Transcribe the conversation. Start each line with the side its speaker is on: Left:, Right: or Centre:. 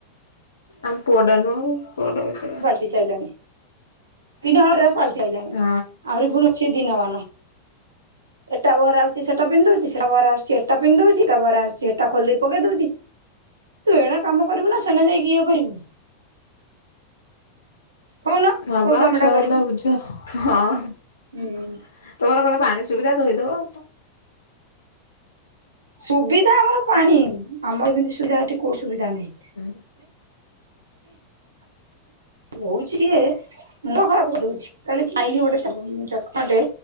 Left: ଆମ ପୁଅଟା ନୁହଁ କି ପୁଅଟା ବି ସୋୟା।
Right: ଟି ସାରିଲାଣି ତିନିହଳ ଡ୍ରେସ ପାଲଟି ସାରିଲାଣି।
Left: ହ।
Right: ଫୁଣି ଅଛି ଦିନମାନ ଏଟା ବଅରାଆଉଛି ସେଟା ପିନ୍ଧି ଦଉଛି ସେଟା ବଅରେ ଆଉଛି ସେ ସୋଟା ପିନ୍ଧ ଦେଉଛି ତା ଭରେ ଆସୁଛି ସେ ଟା ଖୋଲି ଦେଇ ପକେଇ ଦଉଛି। ତୁ ଏଣେ କାମ କରିବୁ ନା ସେଣେ ଯାଇକି ଇଏ କରିବୁ। କହୁନ
Left: ହ
Right: କୋଉ
Left: ବା
Right: କାମଟା
Left: ଛୁଆ
Right: କରିବୁ
Left: ଧନ୍ଦା ବୁଝ ହଁ।
Right: ହୁଁ
Left: ତମର ଘରେ ପାଣି ସୁବିଧା ଧୋଇଦବ
Right: ସୁବିଧା ଆମର ପାଣି ଆମର ଏମିତି ସୁବିଧା ଏଠି କୋଉ ସୁବିଧା ନାହିଁ।
Left: ହୁଁ।
Right: ହୋଉଚି ଯେ ମୁଣ୍ଡ ଖରାପ କରି ଦୋଉଚି କାଲି ମାଇନି ଗୋଟେ ଚଟକଣାଟେ